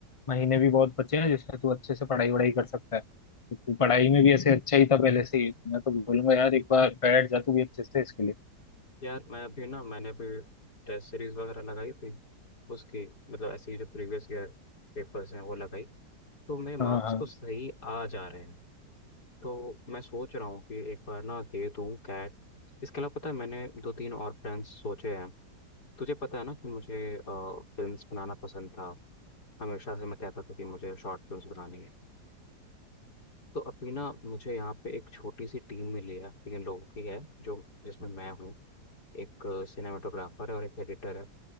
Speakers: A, on the left; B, on the left.
A: महीने भी बहुत बचे हैं जिसमें तू अच्छे से पढ़ाई वढ़ाई कर सकता है तो तू पढ़ाई में भी ऐसे अच्छा ही था पहले से ही मैं तो बोलूंगा यार एक बार बैठ जा तू भी अच्छे से इसके लिए
B: यार मैं अभी ना मैंने अभी टेस्ट सीरीज वगैरह लगाई थी उसकी मतलब ऐसे ही जो प्रीवियस ईयर पेपर्स हैं वो लगाई तो मेरे मार्क्स
A: हाँ हाँ
B: तो सही आ जा रहे हैं तो मैं सोच रहा हूँ कि एक बार ना दे दूँ कैट इसके अलावा पता है मैंने दो तीन और ब्रांड्स सोचे हैं तुझे पता है ना कि मुझे फिल्म्स बनाना पसंद था हमेशा से मैं कहता था कि मुझे शॉर्ट फिल्म्स बनानी है तो अभी ना मुझे यहाँ पे एक छोटी सी टीम मिली है तीन लोगों की है जो जिसमें मैं हूँ एक सिनेमाटोग्राफर है और एक एडिटर है